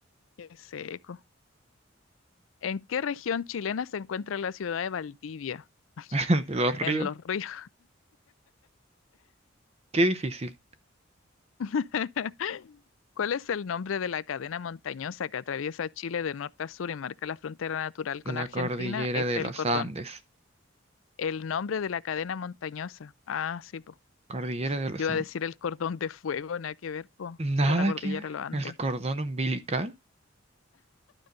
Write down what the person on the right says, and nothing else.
<laughs> De los
ríos.
Qué difícil.
La
cordillera
de los
Andes.
Cordillera de los
Andes.
Nada
que ver.
¿El cordón umbilical?